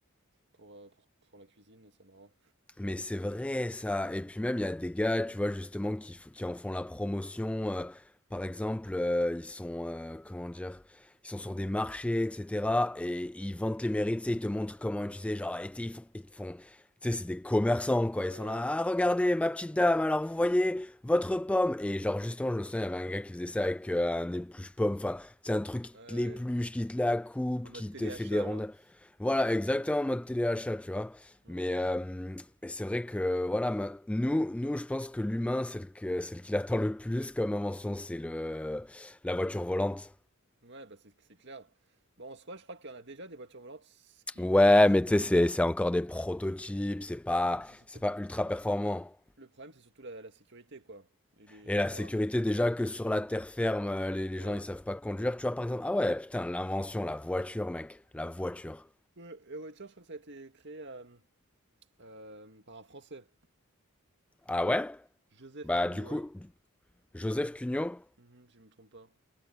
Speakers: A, on the right (about 55°); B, in the centre.
A: pour, heu, pour pour la cuisine, c'est marrant.
B: Mais c'est vrai ça. Et puis même, il y a des gars, tu vois, justement, qui, f- qui en font la promotion. euh, par exemple, euh, ils sont, euh, comment dire, ils sont sur des marchés, etc. Et ils vantent les mérites, tu sais, ils te montrent comment utiliser. Genre, et tu sais, ils font, ils te font, tu sais, c'est des commerçants, quoi.
A: Ouais, ouais.
B: Ils sont là, ah, regardez, ma petite dame, alors vous voyez, votre pomme. Et genre, justement, je me souviens, il y avait un gars qui faisait ça avec euh, un épluche-pomme. Enfin, c'est un truc qui
A: Ouais, ouais,
B: te l'épluche, qui te la coupe,
A: en mode
B: qui
A: téléachat,
B: te fait des rondelles.
A: genre.
B: Voilà, exactement, en mode téléachat, tu vois.
A: Mmh.
B: Mais, euh, et c'est vrai que voilà, ma- nous, nous, je pense que l'humain, celle que, celle qu'il attend le plus comme invention, c'est le la voiture volante.
A: Ouais, bah, c'est c'est clair. bon en soi, je crois qu'il y en a déjà des voitures volantes s qui
B: Ouais,
A: qui marchent
B: mais
A: plus
B: tu sais, c'est
A: ou moins,
B: c'est encore des prototypes, c'est pas
A: mais c'est surtout
B: c'est
A: que
B: pas
A: le pro
B: ultra performant.
A: le problème, c'est surtout la la sécurité, quoi et les
B: Et
A: les
B: la
A: lois.
B: sécurité, déjà que sur la terre ferme, euh, les, les
A: Ouais.
B: gens ils savent pas conduire. Tu vois par exemple, ah ouais, putain, l'invention, la voiture, mec, la voiture.
A: Ouais, et ouais, je crois que ça a été créé euh, euh, par un Français.
B: Ah
A: Euh,
B: ouais?
A: Joseph
B: Bah
A: Cugnot,
B: du coup,
A: ouais.
B: Joseph Cugnot,
A: Mhm, si je me trompe pas.